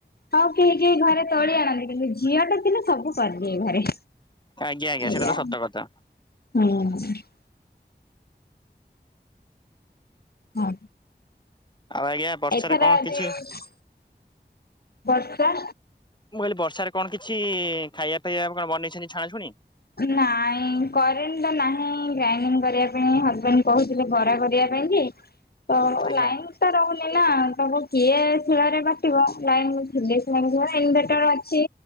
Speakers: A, on the left; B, on the left.
A: ହଉ କେହି କେହି ଘରେ ତୋଳି ଆଣନ୍ତି କିନ୍ତୁ ଝିଅଟା ଥିଲେ ସବୁ କରିଦିଏ ଘରେ।
B: ଆଜ୍ଞା ଆଜ୍ଞା
A: ଏଇଆ
B: ସେଇଟା ତ ସତ କଥା।
A: ହୁଁ। ହଁ।
B: ଆଉ ଆଜ୍ଞା। ବର୍ଷାରେ
A: ଏଥର
B: କଣ କିଛି
A: ଯୋଉ ବର୍ଷା
B: ମୁଁ କହିଲି ବର୍ଷାରେ କଣ କିଛି ଖାଇବା ପିବା କଣ ବନେଇଛନ୍ତି ଛଣାଛଣି?
A: ନାଇଁ କରେଣ୍ଟ ତ ନାହିଁ ଗ୍ରାଇଣ୍ଡିଙ୍ଗ କରିବା ପାଇଁ ହଜବେଣ୍ଡ କହୁଥିଲେ ବରା କରିବା ପାଇଁ କି? ତ
B: ଆଜ୍ଞା
A: ଲାଇନ୍ ତ ରହୁନି ନା ତାକୁ କିଏ ଶିଳରେ ବାଟିବ ଲାଇନ ଇନଭଟର ଅଛି।